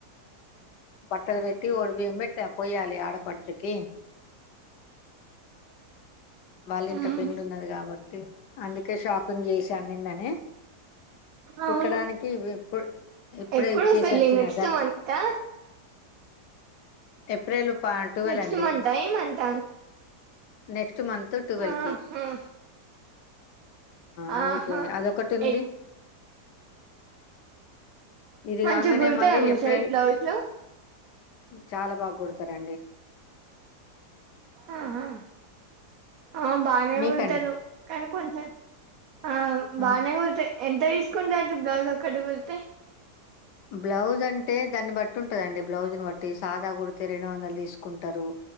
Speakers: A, on the left; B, on the right.
A: బట్టల్ పెట్టి ఓడిబియ్యం పోయ్యాలి ఆడ పడుచుకి వాళ్ళ ఇంట
B: ఉమ్
A: పెళ్లు ఉన్నది కాబట్టి అందుకే షాపింగ్ చేసి అన్నిందని
B: అవును
A: కుట్టడానికిప్పు ఇప్పుడ ఇప్పుడే
B: ఎప్పుడు
A: ఇచ్చేసి
B: పెళ్ళి
A: వచ్చిన
B: నెక్స్ట్
A: దర్జ
B: మంతా
A: ఏప్రిల్ టువెల్
B: నెక్స్ట్
A: అండి
B: మంతా ఈ మంతా
A: నెక్స్ట్ ట్ మంత్ ట్వల్
B: ఆహా
A: కి అందుకే
B: ఆహా
A: అదిొ ఒకటి ఉంది
B: ఎ
A: ఇది
B: మంచిగా
A: కాంగానే
B: కుడతారా
A: మళ్ళీ
B: మీ
A: ఏప్రిల్
B: సైడ్ బ్లౌజులు
A: చాలా బాగు సరండి
B: ఆ ఆ ఆ బానే
A: మీకండి
B: వండుతాను కానీ కొంచెం ఆ బానే
A: ఆ,
B: కూరతే ఎంత తీసుకుంటండు బ్లౌజ్ ఒక్కటి గుడితే
A: బ్లౌజ్ అంటే దాన్ని బట్టి ఉంటదండి బ్లౌజ్ను బట్టి సాదా కుడితే రెండు వందలు తీసుకుంటారు